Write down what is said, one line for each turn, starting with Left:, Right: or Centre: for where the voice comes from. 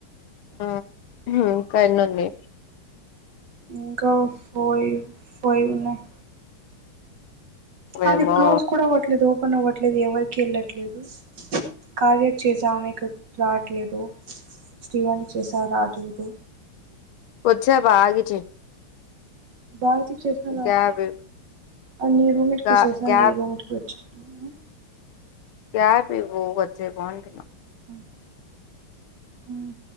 Left: ఆ ఉమ్ పైనుంది
Right: ఇంకా వాయు ఫైవ్ ఉన్నాయి. అది
Left: ఏమో
Right: క్లోజ్ కూడా అవ్వట్లేదు ఓపెన్ అవ్వట్లేదు ఎవరికి ఏళ్ళట్లేదు. కావ్య కి చేసా ఆమెకు రావట్లేదు శ్రీ వాణి చేసా రాట్లేదు.
Left: వచ్చవాగి చెయ్
Right: భారతికి చేసిన రావట్లే
Left: గ్యాప్
Right: అన్ని రుమిట్కి
Left: గా
Right: చేేసా
Left: గ్యాప్
Right: నీరుమిట్కి వచింటుందా
Left: గ్యాప్ ఇవ్వు వచ్చేకొంటున్న
Right: ఉమ్ హు